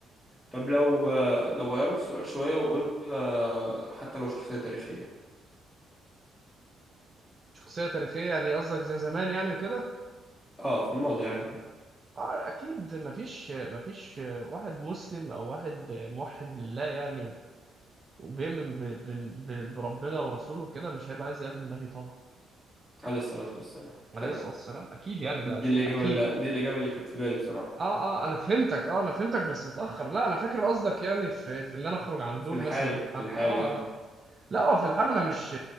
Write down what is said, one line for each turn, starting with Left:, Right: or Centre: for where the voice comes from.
Centre: طب لو لو غيرنا السؤال شوية وقلنا حتى لو شخصية تاريخية
Right: شخصية تاريخية يعني قصدك زي زمان يعني وكده
Centre: اه في الماضي عادي يعني
Right: آه أكيد مفيش مفيش واحد مسلم أو واحد موحد لله يعني وبيؤمن ب- ب- ب- بربنا ورسوله كده مش هيبقى عايز يقابل النبي طبعا
Centre: عليه الصلاة والسلام
Right: عليه
Centre: تمام
Right: الصلاة والسلام أكيد يعني ده
Centre: دي
Right: شيء
Centre: الإجابة
Right: أكيد
Centre: اللي دي الإجابة اللي كانت في بالي بصراحة
Right: اه اه انا فهمتك اه انا فهمتك بس متاخر لا انا فاكر قصدك يعني في في ان انا اخرج عن دول
Centre: في الحالي
Right: مثلا في
Centre: في
Right: حد
Centre: الحالي
Right: اه
Centre: اه
Right: لا اه في الحال انا مش